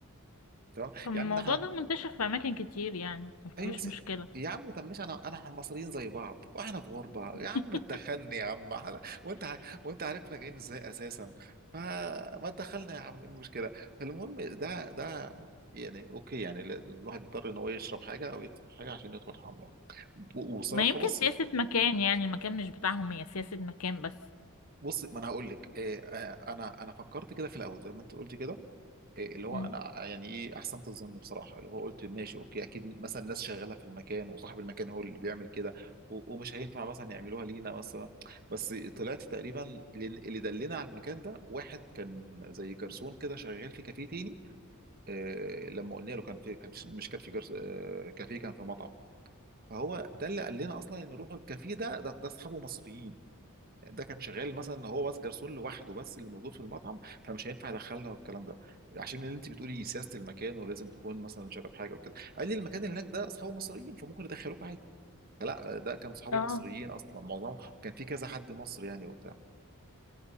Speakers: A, on the right; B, on the left.
A: تمام
B: طب
A: يا
B: الموضوع
A: عم ده
B: ده منتشر في اماكن كتير يعني مفيش
A: ايوه س...
B: مشكله
A: يا عم طب ماشي انا انا احنا مصريين زي بعض واحنا في غربه
B: <laughs>
A: يا عم اتدخلني يا عم احنا- <laughs> وانت ع- وانت عارفنا جايين ازاي اساسا فما تدخلنا يا عم ايه المشكله فالمهم ده ده يعني اوكي يعني ال- الواحد يضطر ان هو يشرب حاجه او يدفع حاجه عشان يدخل الحمام و- وصراحه
B: ما يمكن
A: بص
B: سياسة مكان يعني المكان مش بتاعهم هي سياسة مكان بس
A: بص ما انا هقول لك إيه آه، انا انا فكرت كده في الاول زي ما انت قلت كده إيه اللي هو
B: مم.
A: انا يعني ايه احسنت الظن بصراحه اللي هو قلت ماشي اوكي اكيد مثلا ناس شغاله في المكان وصاحب المكان هو اللي بيعمل كده و- ومش هينفع مثلا يعملوها لينا مثلا بس طلعت تقريبا لأن اللي دلنا على المكان ده واحد كان زي جرسون كده شغال في كافيه تاني آه لما قلنا له كان في كان مش كان في جرس آه كافيه كان في مطعم فهو ده اللي قال لنا اصلا ان روحوا الكافيه ده ده ده اصحابه مصريين ده كان شغال مثلا هو بس جرسون لوحده بس اللي موجود في المطعم فمش هينفع يدخلنا والكلام ده عشان اللي انت بتقولي سياسه المكان ولازم تكون مثلا شارب حاجه وكده قال لي المكان اللي هناك ده اصحابه مصريين فممكن يدخلوك عادي لا ده كان اصحابه
B: اه
A: مصريين اصلا معظمهم كان في كذا حد مصري يعني وبتاع